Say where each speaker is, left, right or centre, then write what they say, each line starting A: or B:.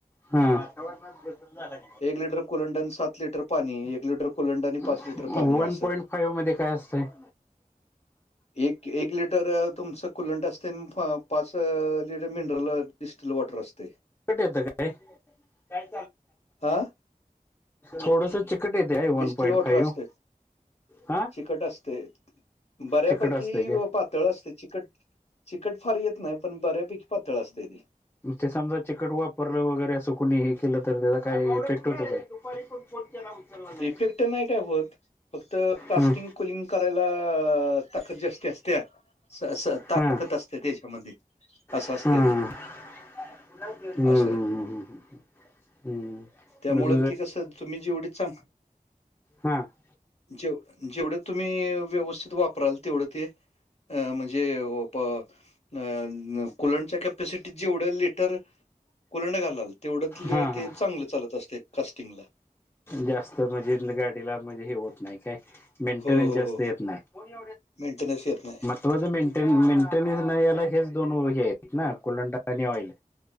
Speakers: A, on the left; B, on the left.
A: हम्म. वातावरणात बदल झालाय
B: एक लिटर कुलंड आणि सात लिटर पाणी एक लिटर
A: <unintelligible>
B: कुलंड आणि पाच लिटर पाणी
A: वन
B: असं
A: पॉइंट फाईव्ह मध्ये काय असतंय? <inaudible>
B: एक एक लिटर अ, कुलंट असतय. पाच - पाच लिटर मिनरल डिस्टल वॉटर असतय.
A: चिकट येत काय
B: हा
A: थोडस चिकट येत. ते हाय
B: distil
A: one point
B: water
A: five.
B: असते
A: हा
B: चिकट असते बऱ्यापैकी
A: चिकट असतंय काय
B: पा तळ असते चिकट चिकट फार येत नाही पण बऱ्यापैकी पातळ असतेय ते.
A: ते समजा चिकट वापरलं वगैरे असं कुणीही. केलं तर त्याचा काही इफेक्ट होत काय. उचलला नाही
B: इफेक्ट नाही काय होत फक्त कास्टिंग
A: हम्म
B: कलंग करायला. अ ताकद जास्ती असते स स. ताकत
A: हा
B: असते त्याच्यामध्ये असं
A: हा
B: असतंय ते.
A: हम्म हम्म
B: असं
A: हम्म. हम्म
B: त्यामुळं
A: म्हज
B: ते कसं तुम्ही जेवढी चांग
A: हा <inaudible>
B: जेव जेवढं तुम्ही व्यवस्थित वापराल तेवढं ते. अ म्हणजे वो प. अ कुलंडच्या कॅपेसिटीत जे एवढेल लिटर कुलंड घालाल. तेवढंत लेअळ
A: हा हा
B: ते चांगलं चालत असते कास्टिंगला.
A: जास्त म्हणजे गाडीला म्हणजे हे होत नाही. मेंटेस्त
B: हो, हो,
A: जास्त
B: हो.
A: येत नाही.
B: मेंटेनन्स येत नाही.
A: तर माझं मेंटेन मेंटेनन्स नाही यायला हेच दोन हे आहेत ना कोलंंडा आणि ऑइल.